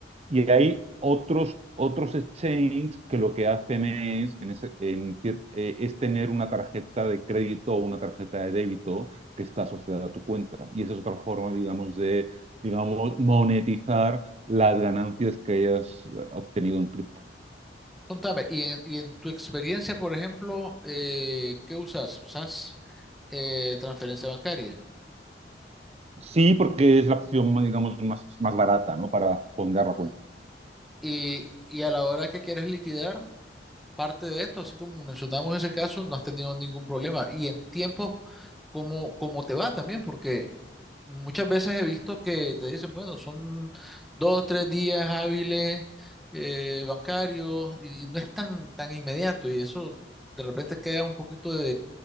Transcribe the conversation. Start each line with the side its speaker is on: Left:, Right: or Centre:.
Right: Y hay otros, otros exchanges que lo que hacen es, en ese- en eh, es tener una tarjeta de crédito o una tarjeta de débito que está asociada a tu cuenta. Y esa es otra forma, digamos, de, digamos, monetizar las ganancias que hayas eh, obtenido en cripto.
Centre: Contame, y en, y en tu experiencia, por ejemplo, eh, ¿qué usas? ¿Usas eh, transferencia bancaria?
Right: Sí, porque es la opción, digamos, más, más barata, ¿no? Para fondear
Centre: Ujú.
Right: la cuenta.
Centre: Y, y a la hora que quieres liquidar parte de esto, así como mencionamos ese caso, no has tenido ningún problema. Y en tiempo, ¿cómo, cómo te va también? Porque muchas veces he visto que te dicen, bueno, son dos, tres días hábiles eh, bancarios y no es tan, tan inmediato y eso de repente queda un poquito